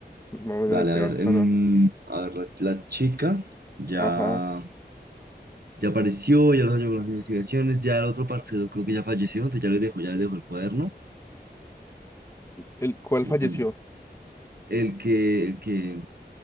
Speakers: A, on the left (about 15°); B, on the right (about 60°).
A: Más o menos
B: Dale,
A: en qué
B: a
A: vas,
B: ver,
A: para
B: em,
A: no.
B: a ver, la, la chica ya,
A: Ajá.
B: ya apareció, ya los años con las investigaciones, ya el otro parcero creo que ya falleció, entonces ya les dejo, ya les dejo el cuaderno.
A: ¿El cuál
B: como
A: falleció?
B: buen- el que, el que